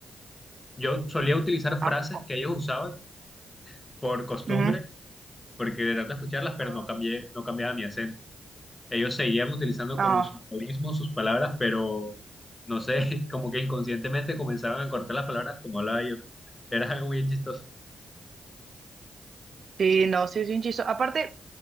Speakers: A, on the left (about 25°); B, on the right (about 60°).
A: Yo solía utilizar frases
B: ¿A poco?
A: que ellos usaban por costumbre,
B: Ujú,
A: porque de tanto escucharlas, pero
B: ajá,
A: no cambié, no cambiaba mi acento. Ellos seguían utilizando
B: ajá.
A: como sus modismos, sus palabras, pero no sé, <laughs> como que inconscientemente comenzaban a cortar las palabras como hablaba yo. Era algo bien chistoso.
B: Sí, no, sí, es un chistoso. Aparte,